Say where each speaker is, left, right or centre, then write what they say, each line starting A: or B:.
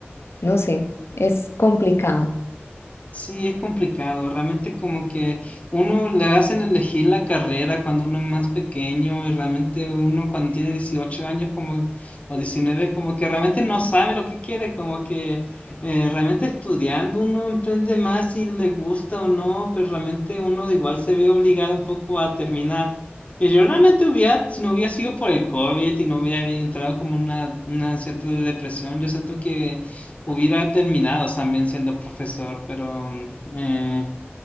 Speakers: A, on the left; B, on the left.
A: no sé, es complicado.
B: Sí, es complicado. Realmente como que uno le hacen elegir la carrera cuando uno es más pequeño y realmente uno cuando tiene 18 años como o 19 como que realmente no sabe lo que quiere, como que eh, realmente estudiando uno emprende más si le gusta o no, pero realmente uno igual se ve obligado un poco a terminar. Y yo realmente hubiera, si no hubiera sido por el COVID y no hubiera entrado como una, una cierta depresión, yo siento que Hubiera terminado también siendo profesor, pero mm, eh,